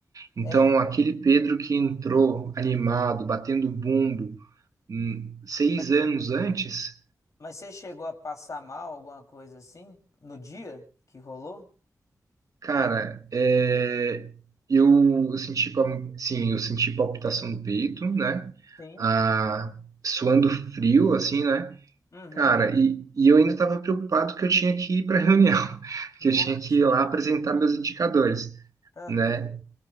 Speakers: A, on the right (about 60°); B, on the left (about 55°).
A: Então,
B: É?
A: aquele Pedro que entrou animado, batendo bumbo, hum, seis
B: Mas,
A: anos antes,
B: mas você chegou a passar mal, alguma coisa assim, no dia que rolou?
A: cara, é, eu, eu senti, pal- sim, eu senti palpitação no peito, né?
B: Sim.
A: Ah, suando frio, assim, né?
B: Uhum.
A: Cara, e, e eu ainda estava preocupado que eu tinha que ir para a reunião, <laughs>
B: Nossa,
A: que eu tinha que ir lá apresentar meus indicadores,
B: tá
A: né?
B: doido.